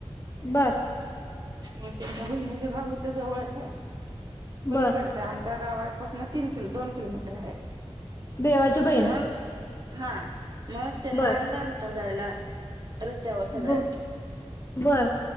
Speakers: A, on the left; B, on the right.
A: बर.
B: मग त्यांच्या बहिणीचं गाव हिथं जवळच ए- पलीकडच्या,
A: बर
B: आमच्या गावापासनं तीन किलो, दोन किलोमीटर हाये.
A: देवाची बहीण
B: मग, हा मग त्यांना
A: बर
B: अंधार होता जायला रस्त्यावर सगळ्या
A: ब बर